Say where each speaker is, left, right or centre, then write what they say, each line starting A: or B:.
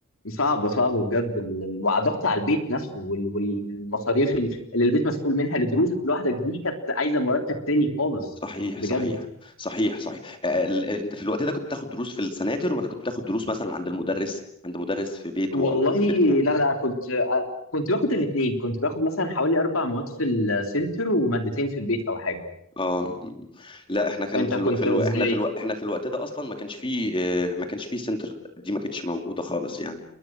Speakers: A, on the left; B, on the left.
A: صعبه صعبه بجد ال- ال- وضغط على البيت نفسه وال- والمصاريف ال- اللي البيت مسؤول منها لدروسك لوحدك دي كانت عايزه مرتب تاني خالص
B: صحيح
A: بجد
B: صحيح صحيح صحيح آه، ال- ال- انت في الوقت ده كنت تاخد دروس في السناتر ولا كنت تاخد دروس مثلا عند المدرس عند مدرس في بيته
A: والله
B: او في بيتكو
A: لا لا كنت آه، كنت باخد الاثنين كنت باخد مثلا حوالي اربع مواد في السنتر ومادتين في البيت او حاجه
B: اه م- لا احنا كان
A: انت
B: في الو...
A: كنت
B: في الو...
A: ازاي
B: احنا في الو... احنا في الوقت ده اصلا ما كانش فيه آه، ما كانش فيه سنتر دي ما كانتش موجودة خالص يعني